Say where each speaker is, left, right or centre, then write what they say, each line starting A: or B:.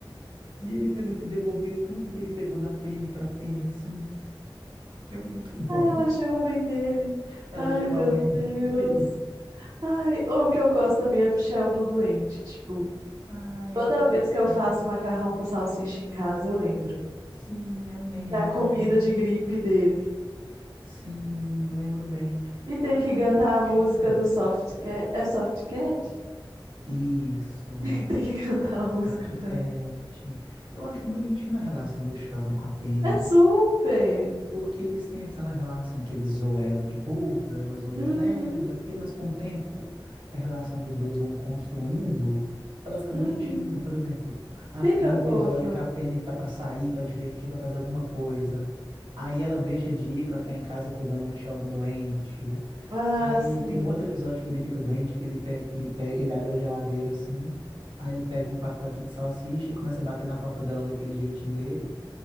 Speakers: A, on the right (about 65°); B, on the right (about 50°).
A: E ele tendo que devolver tudo que ele pegou da Penny pra Penny, assim, é muito <laughs> bom.
B: Ah, ela chama a mãe dele.
A: Ela
B: Ai,
A: chama
B: meu
A: a mãe
B: Deus.
A: <laughs> dele.
B: Ai, o que eu gosto também é do Sheldon doente, tipo,
A: Ai,
B: toda
A: é um,
B: vez que eu
A: é
B: faço
A: um...
B: macarrão com salsicha em casa, eu lembro.
A: Sim, é um meme,
B: É a comida
A: né?
B: de gripe dele.
A: Sim, lembro bem.
B: E
A: Eu
B: tem
A: acho
B: que
A: bonitinho.
B: cantar a música do Soft Cat. É Soft Cat? <laughs>
A: Isso,
B: E Tem que cantar a música
A: Salty
B: pra
A: Cat.
B: ele.
A: Eu acho bonitinho a relação do Sheldon com a Penny.
B: É super!
A: Porque eles têm aquela relação que ele zoa ela de burra, ela zoa
B: Uhum,
A: ele de nerd, não sei o quê, mas com o tempo que a relação dos dois vão construindo, ela fica
B: uhum.
A: bonitinha. Por exemplo, ah,
B: Fica
A: tem um
B: fofa.
A: episódio que a Penny tá pra sair, pra divertir, pra fazer alguma coisa. Aí ela deixa de ir pra ficar em casa cuidando do Sheldon doente.
B: Ah,
A: Aí
B: sim.
A: tem um outro episódio que ele fica doente, que ele pega, ele pega, ele abre a geladeira assim, aí ele pega um pacote de salsicha e começa a bater na porta dela daquele jeitinho dele.